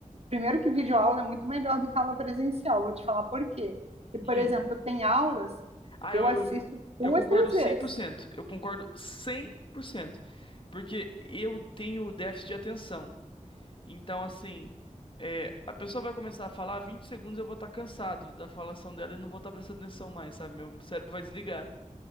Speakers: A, on the right; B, on the left.
A: primeiro que videoaula é muito melhor do que aula presencial, vou te falar por quê. E, por
B: Hum.
A: exemplo, tem aulas
B: Ah,
A: que
B: eu,
A: eu assisto
B: eu,
A: duas,
B: eu concordo
A: três vezes.
B: cem por cento. Eu concordo 100%, Porque eu tenho déficit de atenção. Então, assim, é, a pessoa vai começar a falar 20 segundos, eu vou estar cansado da falação dela e não vou estar prestando atenção mais, sabe? Meu cérebro vai desligar.